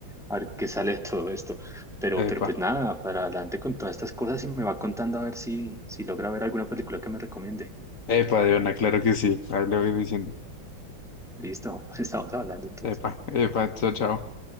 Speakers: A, in the centre; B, on the left (about 50°).
A: a ver qué sale de todo esto. Pero,
B: Epa,
A: pero pues nada, para adelante con todas estas cosas y me va contando a ver si, si logra ver alguna película que me recomiende.
B: epa, de una, claro que sí. Ahí lo voy diciendo.
A: Listo, <laughs> estamos hablando entonces.
B: Epa, epa, chao, chao.